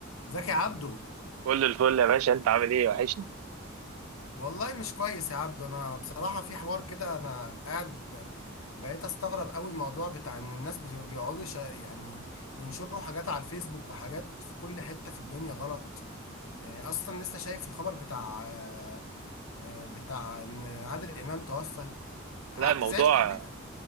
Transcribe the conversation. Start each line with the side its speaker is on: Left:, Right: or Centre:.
Left: زكي عبده
Right: كل الفل يا باشا انت عامل ايه وحشني
Left: والله مش كويس يا عبده انا بصراحة في حوار كده انا قاعد ب- بقيت استغرب قوي الموضوع بتاع ان الناس بت- بيقعدوا يش- يعني ينشروا حاجات على الفيسبوك وحاجات في كل حتة في الدنيا غلط آه، اصلا لسه شايف الخبر بتاع آه، آه، بتاع ان عادل امام توفى قعدت
Right: لا الموضوع
Left: زعلت عليه